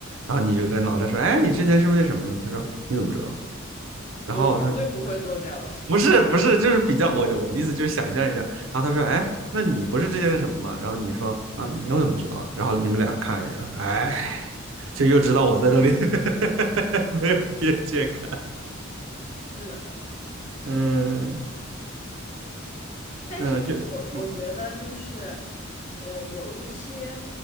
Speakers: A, on the right; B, on the left.
A: 然后你就跟老扎说，哎，你之前是不是那什么呢？他说你怎么知道？然后他说
B: 我绝对不会做这样的事情。
A: 不是不是，就是比较我我的意思就是想象一下。然后他说，哎，那你不是之前的什么吗？然后你说啊，你又怎么知道的？然后你们俩看了一眼，哎，就又知道我在那里 <laughs> 没有边界感。
B: 是的，
A: 嗯
B: 但是我我觉得就是，
A: 嗯，就嗯
B: 呃，有一些